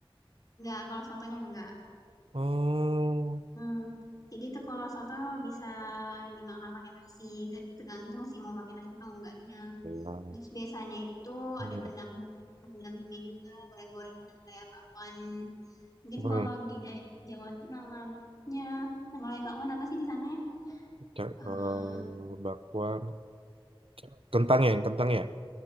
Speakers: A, on the left; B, on the right.
A: Enggak, kalau sotonya enggak.
B: oh
A: Hmm. Jadi itu kalau soto bisa dimakan pakai nasi, ter- tergantung sih mau pakai nasi atau enggaknya.
B: iya.
A: Terus biasanya itu
B: Hmm,
A: ada pendam pendampingnya juga, goreng-gorengan kayak bakwan. Mungkin
B: hmm,
A: kalau di daerah Jawa tuh namanya, nama lain bakwan apa sih di sana ya?
B: ca-
A: Eh,
B: eh, bakwan Ca- kentang ya kentang ya